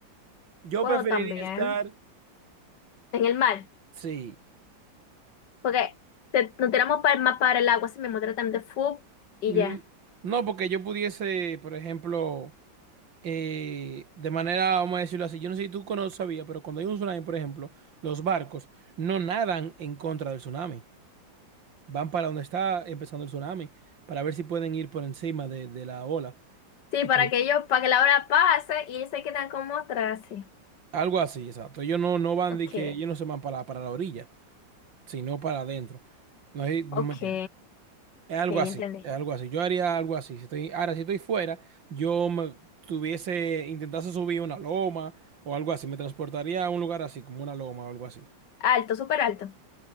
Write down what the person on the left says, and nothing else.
Bueno,
también.
En el mar.
Porque te- nos tiramos para el mar, para el agua, así mismo, tratan de fu y
ya.
Sí,
para
que ellos, para que la hora pase y ellos se quedan como atrás, sí.
Ok,
ok,
sí,
ya entendí.
Alto, súper alto.